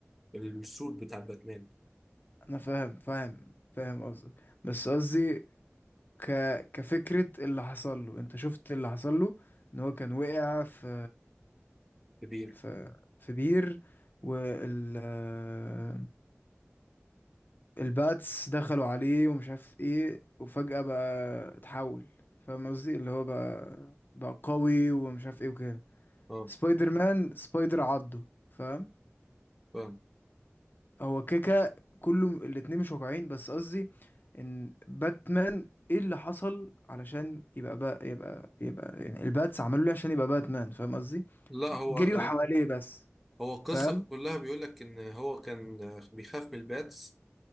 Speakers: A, in the centre; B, on the left.
A: ال- السود بتاع باتمان
B: انا فاهم فاهم فاهم قصدك بس قصدي ك كفكره اللي حصل له انت شفت اللي حصل له ان هو كان وقع في
A: فكبير
B: في في بير وال آه، الباتس دخلوا عليه ومش عارف ايه وفجأة بقى اتحول فاهم قصدي اللي هو بقى بقى قوي ومش عارف ايه وكده
A: اه
B: سبايدر مان سبايدر عضه فاهم
A: فاهم
B: هو كيكا كله الاتنين مش واقعين بس قصدي ان باتمان ايه اللي حصل علشان يبقى بقى يبقى يبقى يعني الباتس عملوا ليه عشان يبقى باتمان فاهم قصدي
A: لا هو
B: جريوا حواليه بس
A: هو القصة
B: فاهم
A: كلها بيقول لك إن هو كان بيخاف من الباتس